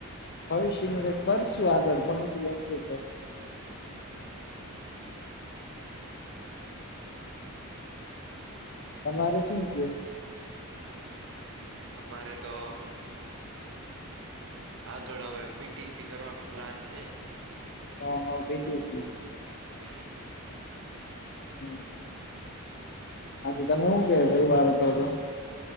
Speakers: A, on the left; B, on the right.
A: ફળશી ન ભ કરશું આગળ ભણશું ભણશું તો. તમારે શું છે?
B: અમારે તો આગળ હવે પી ટી સી કરવાનો પ્લાન છે.
A: હા હા બે ક છે.
B: હમ.
A: <inaudible> હાજ તમે શું કે ભઈ વાર હતો હતો?